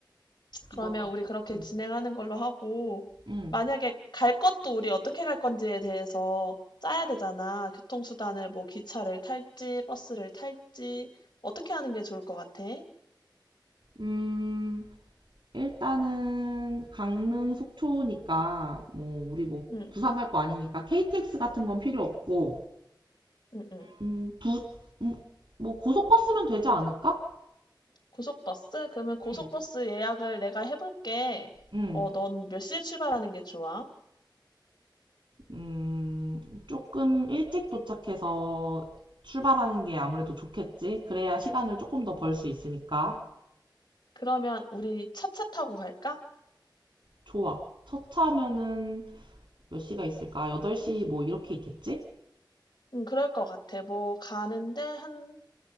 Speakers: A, on the left (about 65°); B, on the right (about 75°).
A: 그러면
B: 그럼,
A: 우리 그렇게
B: 응,
A: 진행하는 걸로 하고,
B: 응.
A: 만약에 갈 것도 우리 어떻게 갈 건지에 대해서 짜야 되잖아. 교통수단을 뭐 기차를 탈지, 버스를 탈지, 어떻게 하는 게 좋을 것 같아?
B: 음, 일단은 강릉, 속초니까 뭐 우리 뭐
A: 응,
B: 부산 갈 거 아니니까 KTX 같은 건 필요 없고,
A: 응, 응.
B: 음, 부, 음, 뭐 고속버스면 되지 않을까?
A: 고속버스? 그러면 고속버스
B: 응,
A: 예약을 내가 해볼게.
B: 응.
A: 어, 넌 몇 시에 출발하는 게 좋아?
B: 음, 조금 일찍 도착해서 출발하는 게 아무래도 좋겠지? 그래야 시간을 조금 더 벌 수 있으니까.
A: 그러면 우리 차차 타고 갈까?
B: 좋아. 첫 차면은 몇 시가 있을까? 8시 뭐 이렇게 있겠지?
A: 응, 그럴 것 같아. 뭐 가는데 한